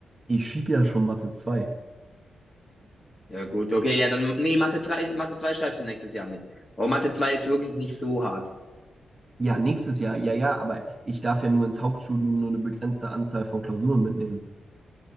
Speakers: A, on the right; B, on the left.
A: Ich schiebe ja schon Mathe 2.
B: Ja gut, okay, ja dann, nee, Mathe 3, Mathe 2 schreibst du nächstes Jahr mit. Aber Mathe 2 ist wirklich nicht so hart.
A: Ja, nächstes Jahr, ja, ja, aber ich darf ja nur ins Hauptstudium nur eine begrenzte Anzahl von Klausuren mitnehmen.